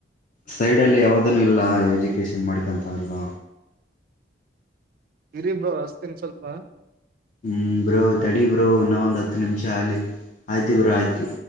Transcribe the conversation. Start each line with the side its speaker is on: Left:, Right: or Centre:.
Left: ಸೈಡ್ ಅಲ್ಲಿ ಯಾವ್ದ. ಅದನ್ನ ಇಲ್ಲ ಎಜುಕೇಷನ್ ಮಾಡಿಕೊಂತ ಇಲ್ಲ.
Right: ಇರಿ ಬ್ರೋ ಹಚ್ತಿನಿ ಸ್ವಲ್ಪ.
Left: ಹ್ಮ ಬ್ರೋ ತಡಿ ಬ್ರೋ ಇನ್ನ ಒಂದು ಹತ್ತು ನಿಮಿಷ ಅಲ್ಲಿ ಆಯ್ತು ಬ್ರೋ ಆಯ್ತು.